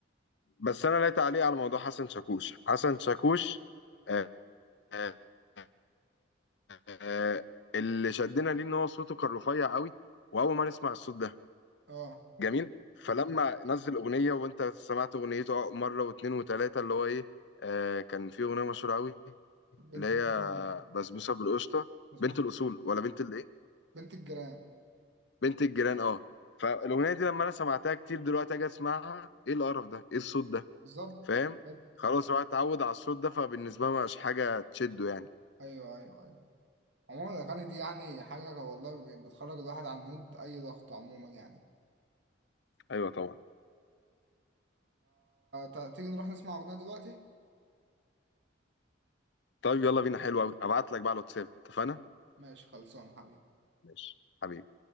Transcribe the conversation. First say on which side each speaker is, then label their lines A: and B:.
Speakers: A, on the left (about 65°); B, on the right (about 65°).
A: بس انا لا تعليق على موضوع حسن شاكوش حسن شاكوش آه آه آه آه، اللي شدنا ليه ان هو صوته كان رفيع قوي واول ما نسمع الصوت ده
B: اه
A: جميل فلما نزل اغنيه وانت سمعت اغنيته مره واثنين وثلاثه اللي هو ايه آه كان في اغنيه مشهوره قوي
B: بنت
A: اللي هي
B: الجيران
A: بسبوسه بالقشطه
B: مظبوط
A: بنت الاصول ولا بنت الايه
B: بنت الجيران
A: بنت الجيران اه فالاغنيه دي لما انا سمعتها كتير دلوقتي اجي اسمعها ايه القرف ده ايه الصوت ده
B: بالظبط
A: فاهم
B: بالظبط
A: خلاص هو اتعود على الصوت ده فبالنسبه له مش حاجه تشده يعني
B: ايوه ايوه ايوه عموما الاغاني دي يعني حاجة والله ب- بتخرج الواحد عن مود اي ضغط عموما يعني
A: ايوه طبعا
B: فتيجي نروح نسمع اغنية دلوقتي
A: طيب يلا بينا حلو قوي ابعت لك بقى على الواتساب اتفقنا
B: م- ماشي خلصان حبيبي
A: ماشي حبيبي